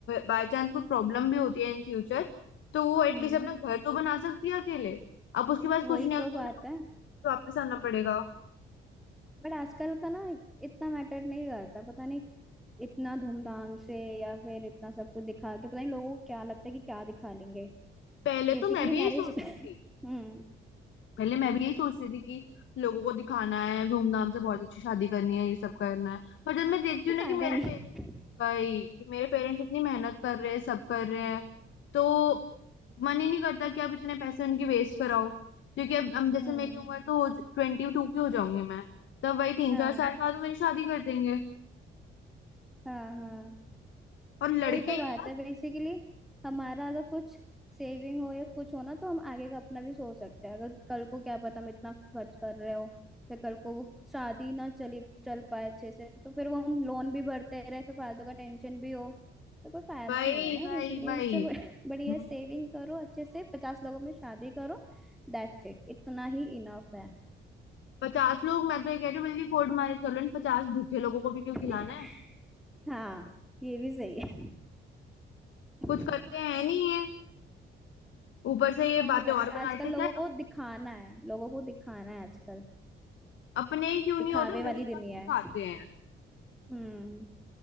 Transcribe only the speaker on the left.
बाय चांस कोई प्रॉब्लम भी होती है इन फ्यूचर तो वो एटलीस्ट
अपना घर तो बना सकती है अकेले अब उसके पास
कुछ नहीं है
उसको
अपने मम्मी
को वापस आना पड़ेगा
पहले
तो मैं भी
यही <laughs> सोच
रही थी
पहले मैं भी यही सोच रही थी कि लोगों को दिखाना है धूमधाम से बहुत अच्छी शादी करनी है ये सब करना है पर जब मैं देखती
हूँ ना
कि मेरे
<laughs> पेरेंट्स
भाई कि मेरे पेरेंट्स इतनी मेहनत कर रहे हैं सब कर रहे हैं तो मन ही नहीं करता कि आप इतने पैसे उनकी वेस्ट कराओ क्योंकि अब अब जैसे
मेरी उम्र तो हो ट्वेंटी टू की हो जाऊंगी मैं तब वही तीन
चार साल बाद वो मेरी शादी कर देंगे
और लड़के
ये
बात
भाई
भाई
भाई
हम्म,
पचास लोग मैं तो ये कह रही हूँ बल्कि कोर्ट मैरिज कर लो इन पचास भूखे लोगों को भी क्यों
खिलाना है
कुछ करते हैं नहीं ये ऊपर से ये
बातें
और बना
लेते हैं
चाहे अप,
अपने ही क्यों
नहीं होते
वो सब
दिखाते
हैं